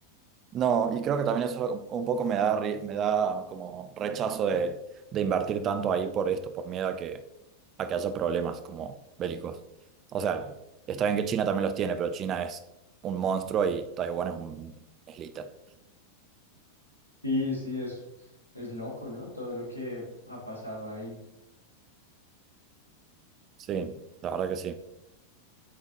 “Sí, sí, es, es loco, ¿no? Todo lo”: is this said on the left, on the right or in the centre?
Left